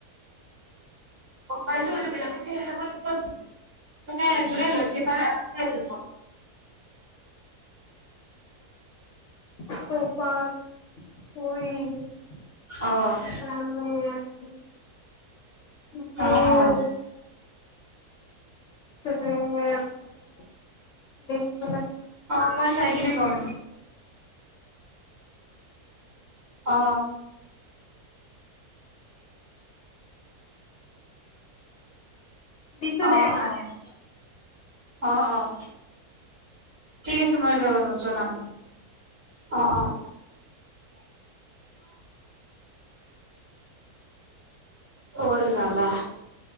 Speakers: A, on the right; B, on the left.
A: গম পাইছোঁ এইটো বেলেগতকে <unintelligible> মানে জোনেই লৈছিল তাৰ এটা <unintelligible> হৈছে।
B: তপাচ, স্ক্ৰুৰি, তামে
A: অ'।
B: জুচ,
A: অ', অ'।
B: <inaudible> <inaudible>
A: অ', মই চাই কিনে কম। অ'।
B: দিছো
A: অ',
B: দে মাক
A: অ'। অহ অ'। ঠিক আছে মই য-জনাম অ', অ'। বৰ জালা।